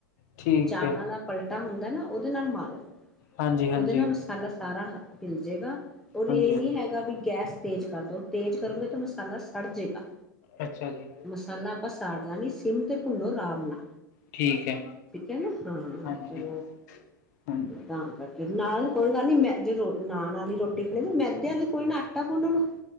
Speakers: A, on the left; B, in the centre.
A: ਠੀਕ
B: ਚਾਵਲਾਂ
A: ਹੈ
B: ਦਾ ਪਲਟਾ ਹੁੰਦਾ ਨਾ ਓਦੇ ਨਾਲ ਮਾਰੋ
A: ਹਾਂਜੀ, ਹਾਂਜੀ,
B: ਓਦੇ ਨਾਲ ਮਸਾਲਾ ਸਾਰਾ ਹਿਲਜੇਗਾ ਔਰ
A: ਹਾਂਜੀ।
B: ਇਹ ਨੀ ਹੈ ਵੀ ਗਾ ਗੈਸ ਤੇਜ਼ ਕਰ ਦੋ ਤੇਜ਼ ਕਰੋਗੇ ਤਾਂ ਮਸਾਲਾ ਸੜ ਜੇਗਾ।
A: ਅੱਛਾ ਜੀ।
B: ਮਸਾਲਾ ਆਪਾਂ ਸਾੜਨਾ ਨੀ ਸਿਮ ਤੇ ਭੁੰਨੋ ਰਾਮ ਨਾ।
A: ਠੀਕ ਹੈ
B: ਠੀਕ ਐ ਨਾ ਹਾਂ
A: ਹਾਂਜੀ
B: ਹੋ।
A: ਹਾਂਜੀ
B: ਤਾਂ ਕਰਕੇ ਨਾਲ਼ ਕੋਈ ਗੱਲ ਨੀ ਮੈਂ ਜੇ ਰੋ। ਨਾਨ ਆਲੀ ਰੋਟ। ਦੇਖੋਂ ਜੀ ਐਂ ਮੈਦੇ ਆਲੀ ਕੋਈ ਨਾ ਆਟਾ ਗੁੰਨ ਲੋ,